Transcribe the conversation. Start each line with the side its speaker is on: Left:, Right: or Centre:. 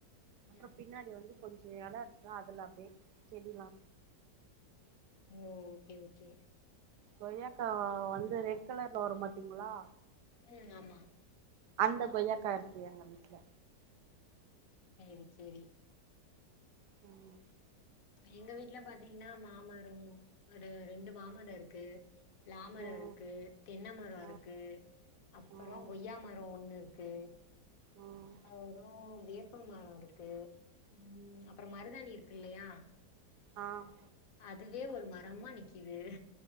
Right: அப்புறம்
Left: ம்
Right: பின்னாடி வந்து கொஞ்சம் எடம் இருக்கு அதுல்ல அப்டியே செடிலா
Left: ஓ ஓகே -ஓகே
Right: கொய்யாக்கா வந்து ரெட் கலர்ல வரு பாத்திங்ளா
Left: ம் ஆமா
Right: அந்த கொய்யாக்கா இருக்கு எங்க வீட்டுல
Left: செரி செரி
Right: உம்
Left: எங்க வீட்டு்ல பாத்தீங்கன்னா மாமரோ ஒரு ரெண்டு மாமரம் இருக்கு லாமரம்
Right: ம்
Left: இருக்கு தென்னை மரம்
Right: ம்
Left: இருக்கு அப்புறம்
Right: ம் ம்
Left: கொய்யா மரம் ஒண்ணு க்கு
Right: ம்
Left: அவரும் வேப் <unintelligible> மரம் இருக்கு உம் மரதாணி இருக்கு இல்லையா
Right: ஆஹ்
Left: அதுவே ஒரு மரமா நிக்கிது